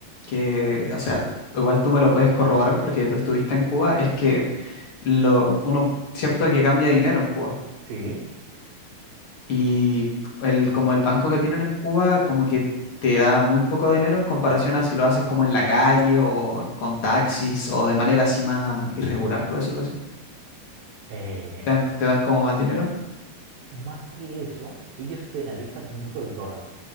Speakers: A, on the left (about 50°); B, on the right (about 80°).
A: que, o sea, igual tú me lo puedes corroborar porque tú estuviste en Cuba, es que lo, uno, cierto que cambia dinero en Cuba.
B: Sí.
A: Y el, como el banco que tienen en Cuba, como que te da muy poco dinero en comparación a si lo haces como en la calle o con taxis o de manera así más irregular, por decirlo así.
B: eh,
A: Te dan, te dan como más dinero.
B: más que eso, ellos penalizan mucho el dólar.